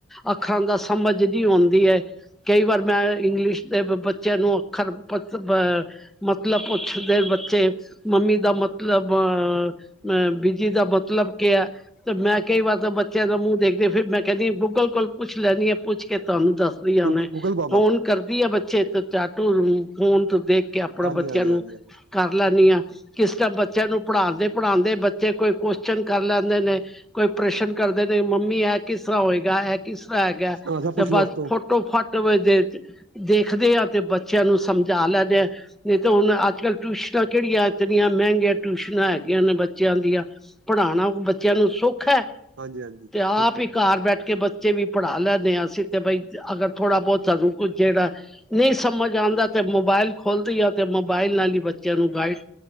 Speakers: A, in the centre; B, on the right.
A: ਅੱਖਰਾਂ ਦਾ ਸਮਝ ਨੀਂ ਔਂਦੀ ਐ। ਕਈ ਵਾਰ ਮੈਂ ਇੰਗਲਿਸ਼ ਦੇ ਬੱਚਿਆਂ ਨੂੰ ਅੱਖਰ ਪਤ ਬ ਮਤਲਬ ਪੁੱਛਦੇ ਬੱਚੇ, ਮੰਮੀ ਦਾ ਮਤ ਮਤਲਬ ਅ ਅ ਬਿਜੀ ਦਾ ਮਤਲਬ ਕੇ ਐ। ਤੇ ਮੈਂ ਕਈ ਵਾਰ ਤਾਂ ਬੱਚਿਆਂ ਦਾ ਮੂੰਹ ਦੇਖਦੀ, ਫਿਰ ਮੈਂ ਕੈਂਦੀ ਗੂਗਲ ਕੋਲ ਪੁੱਛ ਲੈਣੀ ਆਂ, ਪੁੱਛ ਕੇ ਤਾਨੂੰ ਦੱਸ ਦੀ ਆਂ
B: ਗੂ
A: ਹੁਣੇ,
B: ਗੂਗਲ ਬਾਬਾ
A: ਫੋਨ ਕਰਦੀ ਏ ਬੱਚੇ ਤੇ ਚਾਟੂ ਫੋਨ ਤੂੰ ਦੇਖ ਕੇ ਆਪਣਾ
B: ਹਾਂਜੀ
A: ਬੱਚਿਆਂ
B: ਹਾਂਜੀ
A: ਨੂੰ
B: ਹਾਂਜੀ ਹਾਂਜੀ
A: ਕਰ ਲੈਂਣੇ ਆਂ, ਕਿਸ ਟੈਮ ਬ ਬੱਚਿਆਂ ਨੂੰ ਪੜ੍ਹਾਂਦੇ-ਪੜ੍ਹਾਂਦੇ ਬੱਚੇ ਕੋਈ ਕੁਅਸ਼ਚਨ ਕਰ ਲੈਂਦੇ ਨੇ ਕੋਈ ਪ੍ਰਸ਼ਨ ਕਰਦੇ ਨੇ, ਮੰਮੀ ਐ ਕਿਸਰ੍ਹਾਂ ਹੋਏਗਾ ਐ ਕਿਸਰ੍ਹਾਂ ਹੈਗਾ।
B: ਹਾਂ ਸਭ ਪੁੱਛ
A: ਤੇ
B: ਲੋ
A: ਬਸ
B: ਉਸ ਤੋਂ
A: ਫੁਟ ਫੱਟੋ ਫੱਟ ਦੇ ਦਿਨ 'ਚ ਦੇਖਦੇ ਆ ਤੇ ਬੱਚਿਆਂ ਨੂੰ ਸਮਝਾ ਲੈਂਣੇ ਆ। ਨਈ ਤੇ ਹੁਣ ਅੱਜ ਕੱਲ ਟਿਊਸ਼ਨਾਂ ਕੇੜੀਆਂ ਇਤਨੀਆਂ ਮੈਂਗੀਆਂ। ਟਿਊਸ਼ਨਾਂ ਹੈਗੀਆਂ ਨੇ ਬੱਚਿਆਂ ਦੀਆਂ, ਪੜ੍ਹਾਣਾ ਬੱਚਿਆਂ ਨੂੰ ਸੋਖਾ।
B: ਹਾਂਜੀ ਹਾਂਜੀ
A: ਤੇ ਆਪ
B: ਠੀਕ ਹੈ
A: ਈ ਘਰ ਬੈਠ ਕੇ ਬੱਚ ਬੱਚੇ ਵੀ ਪੜ੍ਹਾ ਲੈਂਣੇ ਆਂ, ਅਸੀਂ ਤੇ ਬਈ ਅਗਰ ਥੋੜਾ ਬੋਤ ਸਾਨੂੰ ਕੁ ਜੇੜਾ ਨਈ ਸਮਝ ਆਂਦਾ ਤੇ ਮੋਬਾਇਲ ਖੋਲਦੀ ਆਂ, ਤੇ ਮੋਬਾਇਲ ਨਾਲ ਈ ਬੱਚਿਆਂ ਨੂੰ ਗਾਈਡ